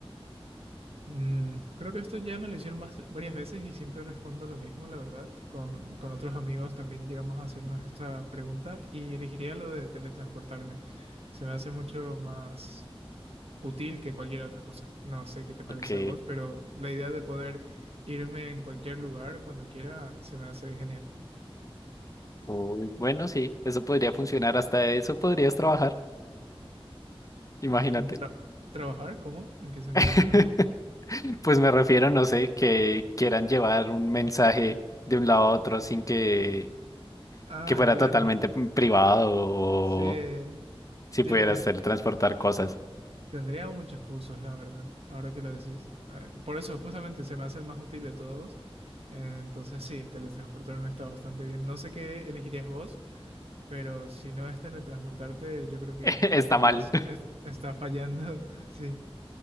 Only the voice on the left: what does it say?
Ok.
Uy, bueno, sí, eso podría funcionar, hasta eso podrías trabajar, imagínate.
<laughs>
Pues me refiero, no sé, que quieran llevar un mensaje de un lado a otro sin que
que fuera
totalmente privado o
si
pudieras teletransportar cosas.
<laughs> Está
mal.